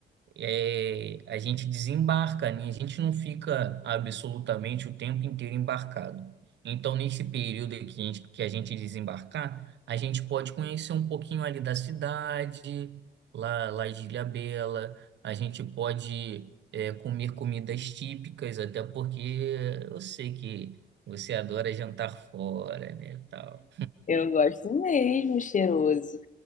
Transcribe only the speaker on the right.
é, a gente desembarca, né? A gente não fica absolutamente o tempo inteiro embarcado. Então, nesse período que a gente, que a gente desembarcar, a gente pode conhecer um pouquinho ali da cidade, lá, lá de Ilhabela, a gente pode é, comer comidas típicas, até porque eu sei que você adora jantar fora, né, tal.